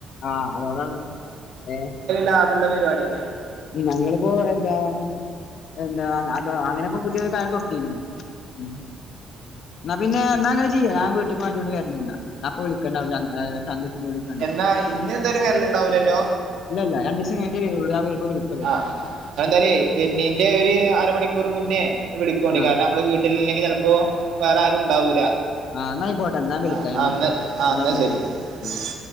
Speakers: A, on the left (about 65°); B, on the right (about 75°).
A: ആഹ് അതുകൊണ്ടാണ് ഏ
B: ലാഭള്ള പരിപാടി തന്നെയാണ്
A: ഞങ്ങളിപ്പോ എന്താ എന്താ ഞാ ഇപ്പൊ അങ്ങനെ ഇപ്പ പുതിയ കയറ് തൊടുത്തിരിക്കണ് ഉം.. ന്നാ പിന്നെ എന്നാങ്ങനെ ചെയ്യാം ഞാൻ വീട്ടിക്ക് വണ്ടികൊണ്ട് കേറ്റണില്ല അപ്പൊ വിളിക്കണ്ട പറഞ്ഞ് ആ സന്ധ്യയ്ക്ക് ഞാൻ കണ്ടു
B: എന്നാ ഇന്ന് എന്തായാലും വെല്ല ഉണ്ടാവൂലല്ലോ
A: ഇല്ല ഇല്ല രണ്ട് ദിസം കഴിഞ്ഞിട്ടേ വരുള്ളൂ ആ വപ്പ
B: ആ അതെന്തറിയോ വരണെൻ്റെ ഒരു അരമണിക്കൂറ് മുന്നേ വിളിക്കണ്ടി
A: ആ
B: കാരണം നമ്മള് വീട്ട ല്ലെങ്കില് ചിലപ്പോ വേറെ ആരും ഉണ്ടാവൂല
A: ആ എന്നാ ആയിക്കോട്ടെ എന്നാ വിളിക്കാം
B: ആ
A: ഞാൻ
B: ആഹ്
A: വിളിക്കാം
B: എന്നാ ആ എന്നാ
A: ഓക്കെ
B: ശരി
A: ആ